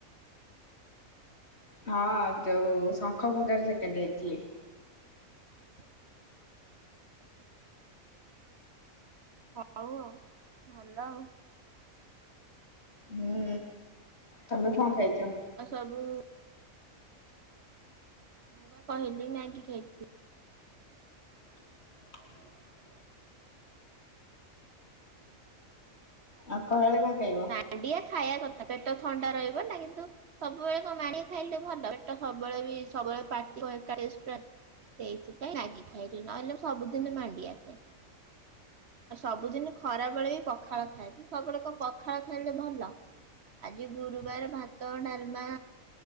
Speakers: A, on the left; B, on the right.
A: ହଁ ଯୋଉ ଶଙ୍ଖ ଫୁଙ୍ଗାରେ ସେକେଣ୍ଡ ହେଇଥିଲି।
B: <unintelligible> ହଉ ଆଉ ଭଲ ଆଉ।
A: ହୁଁ ତମେ କଣ ଖାଇଚ?
B: ଆଉ ସବୁ ମୁଁ ବା କହିଲି ନାଇଁ କି ଖାଇଥି
A: <inaudible> ଆଉ ଖରାବେଳେ କଣ ଖାଇବ?
B: ମାଣ୍ଡିଆ ଖାଇବା କଥା ପେଟ ଥଣ୍ଡା ରହିବ ନା କିନ୍ତୁ ସବୁବେଳେ କଣ ମାଣ୍ଡିଆ ଖାଇଲେ ଭଲ ପେଟ ସବୁବେଳେ ବି ସବୁବେଳେ ପାଟି ଓଏକାଜିଟ୍ରା ସେଇଥିପାଇଁ ମାଗି ଖାଇଲି ନହେଲେ ମୁଁ ସବୁଦିନ ମାଣ୍ଡିଆ ଖାଏ। ଆଉ ସବୁଦିନ ଖରାବେଳେ ବି ପଖାଳ ଖାଏ କିନ୍ତ୍ ସବୁବେଳେ କଣ ପାଖ ପଖାଳ ଖାଇଲେ ଭଲ ଆଜି ଗୁରୁବାର ଭାତ, ଡାଲମା